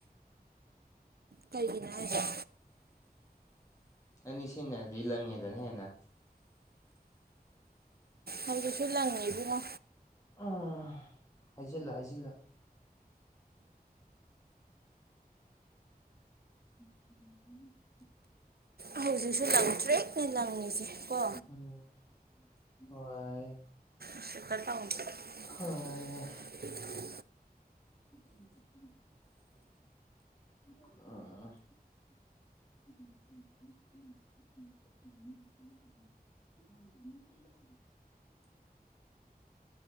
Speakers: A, on the right; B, on the left.
A: ꯀꯩꯒꯤꯅ‌ꯣ ꯍꯥꯏ <unintelligible>
B: ꯑꯅꯤ ꯁꯤꯟꯅꯔꯗꯤ ꯂꯪꯉꯦꯗꯅ ꯍꯦꯟꯅ
A: ꯍꯧꯖꯤꯛꯁꯨ ꯂꯪꯉꯤ ꯏꯕꯨꯡꯉꯣ
B: ꯑꯣ ꯍꯥꯏꯖꯤꯜꯂꯣ ꯍꯥꯏꯖꯤꯜꯂꯣ <unintelligible>
A: ꯍꯧꯖꯤꯛꯁꯨ ꯂꯪꯇ꯭ꯔꯤꯛꯅ‌ꯦ ꯂꯪꯉꯤꯁꯦ ꯀꯣ
B: ꯎꯝ ꯍꯣꯏ
A: <unintelligible>
B: ꯍꯣꯏ
A: <unintelligible>
B: <unintelligible> <unintelligible> <unintelligible> <unintelligible>